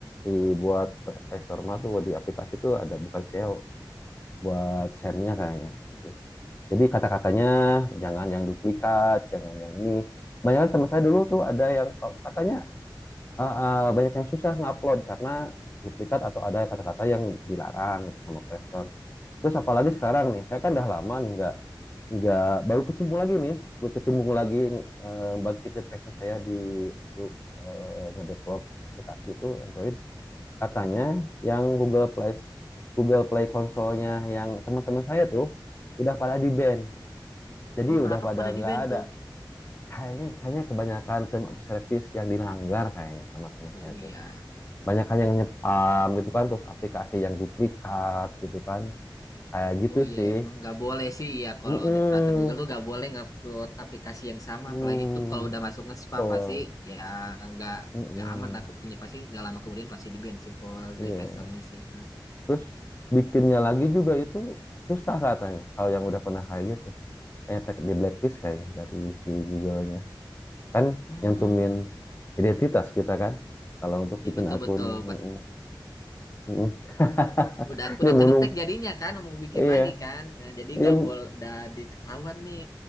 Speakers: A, on the left; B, on the left.
A: dibuat Play Store mah tuh di aplikasi tuh ada bukan SEO buat SEM-nya kayaknya gitu. Jadi kata-katanya jangan yang duplikat, jangan yang ini. Banyak teman saya dulu tuh ada yang katanya Ah, ah, banyak yang susah ngupload karena duplikat atau ada kata-kata yang dilarang sama Play Store. Terus apalagi sekarang nih, saya kan udah lama nih nggak nggak baru kecimpung lagi nih, gue kecimpung lagi eh, bangkitin passion saya di untuk eh, ngedevelop aplikasi itu Android. Katanya yang Google Play Google Play konsolnya yang teman-teman saya tuh udah pada di ban. Jadi
B: Oh, kenapa
A: udah pada
B: kepada
A: nggak
B: di band
A: ada.
B: tuh?
A: Kayaknya kayaknya kebanyakan term of service yang dilanggar kayaknya sama teman
B: Oh
A: saya
B: iya.
A: tuh banyak kan yang nyepam gitu kan terus aplikasi yang duplikat gitu kan kayak gitu
B: Oh iya,
A: sih
B: emang nggak boleh sih ya kalau
A: Mm-mm.
B: di peraturan Google tuh nggak boleh ngupload aplikasi yang sama,
A: mm
B: apalagi tuh kalau udah masuk nge-spam
A: betul
B: pasti ya nggak
A: Mm-mm.
B: nggak aman akunnya pasti nggak lama kemudian pasti di band sih kalau
A: iya
B: dari Play Store-nya sih Mas.
A: terus bikinnya lagi juga itu susah katanya kalau yang udah pernah kayak gitu kayak tag- di blacklist kayaknya dari si Google-nya kan
B: Hmm,
A: nyantumin identitas kita kan kalau untuk
B: ya
A: bikin
B: betul
A: akun
B: betul.
A: Mm-mm. Mm-mm. <laughs>
B: udah
A: dia
B: udah
A: bunuh
B: kedetek jadinya kan mau bikin
A: iya
B: lagi kan Nah, jadi
A: iya
B: gak boleh udah diketahuan nih